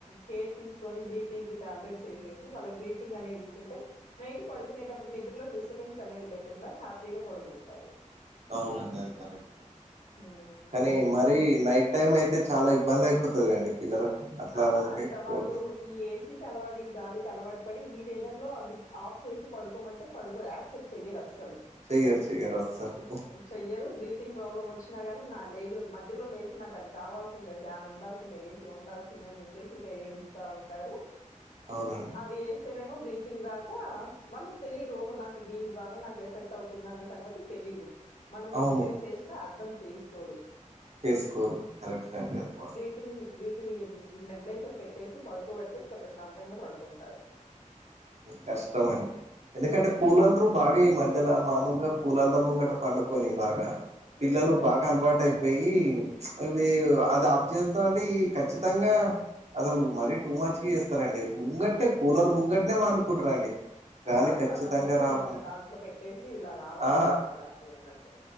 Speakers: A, on the left; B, on the right.
A: కేర్ తీసుకొని బ్రేత్ ఈజీ టాబ్లెట్స్ వేసే వాళ్ళకి బ్రీతింగ్ అనేది ఇస్తుంటే నైట్ పడుకునేటప్పుడు నిద్రలో డిస్టర్బెన్స్ అనేది లేకుండా హ్యాపీగా పడుకుంటారు
B: అవునండి అది కరెక్ట్ అ
A: హ్మ్.
B: కానీ మర్ మరి నైట్ టైమ్ అయితే చాలా ఇబ్బంది అయిపోతది అండి పిల్లలకు అట్లా
A: ఆ
B: ఉంటే
A: ఇంకా వాళ్ళు
B: కోట్ ఉంటే
A: ఈ ఏసీ అలవాటు ఇ గాలికి అలవాటు పడి ఈ వెదర్ లో అవి ఆఫ్ చేసి పడుకోమంటే పడుకోరు యాక్సెప్ట్ చెయ్యరు అస్సలు
B: చెయ్యారు చెయ్యారు అసలు
A: చెయ్యరు బ్రీతింగ్ ప్రాబ్లం వచ్చినా గాని నా లేదు మధ్యలో లేసి నాకు అది కావాల్సినంది సిందే ఫ్యాన్ ఉండాల్సిందే ఏసీ ఉండాల్సిందే అని చెప్పేసి ఇంకా ఏడుస్తా ఉంటారు
B: అవునండి
A: అవి వేస్తేనేమో బ్రీతింగ్ రాక వాళ్ళకి తెలీదు ఓహో నా దీని ద్వారా నాకు ఎఫెక్ట్ అవుతుందిన్న సంగతి తెలీదు మనం
B: అవును
A: ఎక్స్ప్లెయిన్ చేసినా అర్థం చేసుకోరు
B: చేస్కోరు కరెక్ట్ ఆదిమాత్రం
A: ంగ్ బ్రీతింగ్ నబిలైజర్ పెట్టేసి పడుకోబడితే ఇంకా ప్రశాంతంగా పడుకుంటారు
B: కష్టమండి ఎందుకంటే
A: హ్మ్.
B: కూలందరూ బాగా ఈ మ ద్దల మామూలుగా కూలార్ముంగట పండుకొని బాగా పిల్లలు
A: హ్మ్.
B: బాగా అలవాటు అయిపోయి పోయి అవి అది ఆప్ చేస్తా అంటే ఈ ఖచ్చితంగా అసలు మరీ టూ మచ్గ చేస్తారండి ముంగటనే కూలర్ ముంగటనే పండుకుంటారండి గాలి
A: ఆ
B: ఖచ్చితంగా
A: తల మొత్తం
B: రావాలి
A: ఇంకా దాంట్లో పెట్టేసి ఇలా రావాలి
B: ఆ
A: నాకిక్కా అన్నట్టు